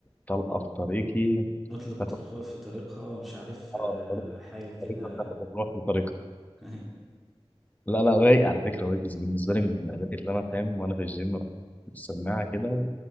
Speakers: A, on the left; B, in the centre.
A: طلقه في طريقي
B: نطلق
A: تاخد
B: طلقة في طريقها مش عارف
A: اه
B: آه،
A: طريقة
B: حاجة كده
A: طريقة تاخد الروح بطريقة
B: <laughs> أيوة.
A: لا لا رايق على فكرة ويجز بالنسبة لي
B: أه.
A: من الأغاني اللي أنا فاهم وأنا في الجيم رحت السماعة كده